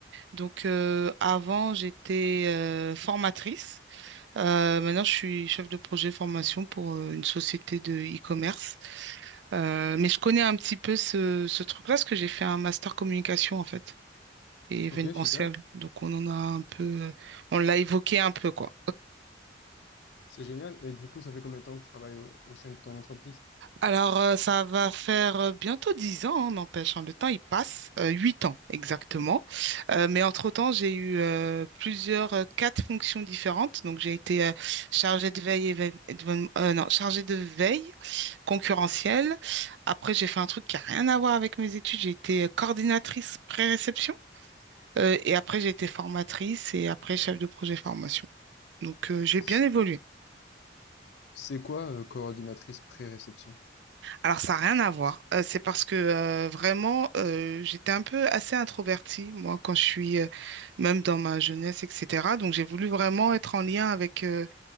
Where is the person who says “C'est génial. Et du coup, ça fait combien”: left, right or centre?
Left